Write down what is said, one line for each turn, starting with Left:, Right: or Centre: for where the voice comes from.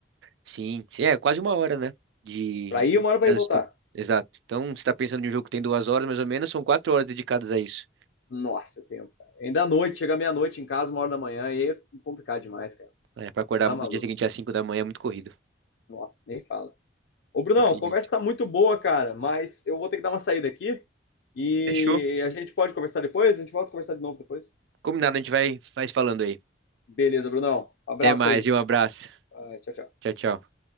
Right: Sim, sim, é quase uma hora, né? De,
Left: Pra ir,
Right: de
Left: uma hora pra
Right: trânsito.
Left: ir e voltar.
Right: Exato. Então, você tá pensando em um jogo que tem duas horas, mais ou menos, são quatro horas dedicadas a isso.
Left: Nossa, tempo, cara. Ainda à noite, chega meia-noite em casa, uma hora da manhã, aí é complicado demais, cara.
Right: É, pra acordar
Left: Tá
Right: no
Left: maluco?
Right: dia seguinte às cinco da manhã é muito corrido.
Left: Nossa, nem fala. Ô, Brunão,
Right: Não tem
Left: a conversa
Right: jeito.
Left: tá muito boa, cara, mas eu vou ter que dar uma saída aqui e
Right: Fechou.
Left: a gente pode conversar depois? A gente volta a conversar de novo depois?
Right: Combinado, a gente vai, vai se falando aí.
Left: Beleza, Brunão. Abraço
Right: Até mais
Left: aí.
Right: e um abraço.
Left: Ah, tchau, tchau.
Right: Tchau, tchau.